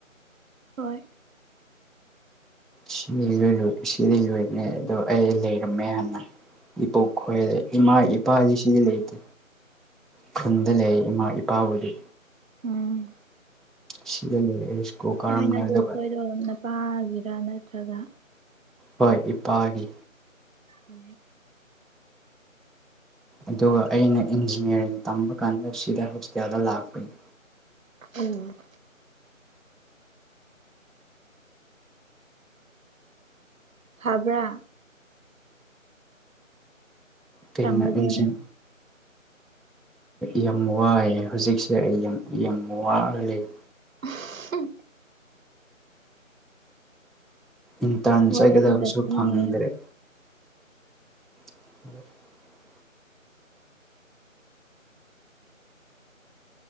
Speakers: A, on the right (about 70°); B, in the centre.
A: ꯍꯣꯏ
B: ꯁꯤꯗꯤ ꯂꯣꯏ ꯂꯣꯏ ꯁꯤꯗꯤ ꯂꯣꯏꯕꯅꯦ ꯑꯗꯣ ꯑꯩ ꯂꯩꯔꯝꯃꯦ ꯍꯥꯟꯅ ꯏꯄꯣꯛ ꯈꯣꯏ ꯏꯃꯥ ꯏꯄꯥꯗꯤ ꯁꯤꯗꯤ ꯂꯩꯇꯦ ꯈꯨꯟꯗ ꯂꯩ ꯏꯃꯥ ꯏꯄꯥꯕꯨꯗꯤ
A: ꯎꯝ
B: ꯁꯤꯗ ꯂꯩ ꯑꯩ ꯁ꯭ꯀꯨꯜ ꯀꯥꯔꯝꯕꯅꯦ
A: ꯅꯣꯏ ꯅꯕꯣꯛ
B: ꯑꯗꯨꯒ
A: ꯈꯣꯏꯗꯣ ꯅꯄꯥꯒꯤꯔꯥ ꯅꯠꯇ꯭ꯔꯒ
B: ꯍꯣꯏ ꯏꯄꯥꯒꯤ
A: ꯑ
B: ꯑꯗꯨꯒ ꯑꯩꯅ ꯏꯟꯖꯤꯅꯤꯌꯥꯔꯤꯡ ꯇꯝꯕ ꯀꯥꯟꯗ ꯁꯤꯗ ꯍꯣꯁꯇꯦꯜꯗ ꯂꯥꯛꯄꯅꯤ
A: ꯎꯝ ꯐꯕ꯭ꯔꯥ
B: ꯀꯩꯅꯁꯤꯡ
A: ꯇꯝꯕꯗꯣ ꯅꯪ
B: ꯌꯥꯝ ꯋꯥꯏꯌꯦ ꯍꯧꯖꯤꯛꯁꯦ ꯑꯩ ꯌꯥꯝ ꯌꯥꯝ ꯋꯥꯔ ꯂꯩ
A: ꯎꯝꯍꯨꯝ
B: ꯏꯟꯇꯟ
A: ꯋꯥꯒꯗꯕꯅꯤꯅꯦ
B: ꯆꯥꯏꯒꯗꯕꯁꯨ ꯐꯪꯗ꯭ꯔꯦ <unintelligible>